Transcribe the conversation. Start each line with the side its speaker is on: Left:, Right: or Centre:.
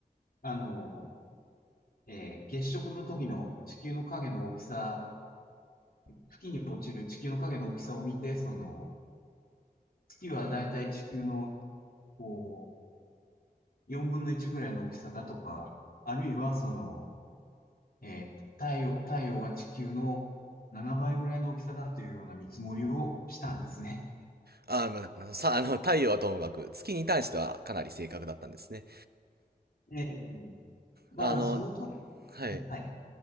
Left: あの、えー月食の時の地球の影の大きさ月に落ちる地球の影の大きさを見て、その、月はだいたい地球の、こう、4分の1ぐらいの大きさだとか、あるいは、その、えー太陽、太陽は地球の7倍ぐらいの大きさだというような見積もりをしたんですね。
Right: あの、まあさ、あの、太陽はともかく、月に対してはかなり正確だったんですね。
Left: ええまあ、
Right: あの、
Left: そのと、
Right: はい。
Left: ええはい。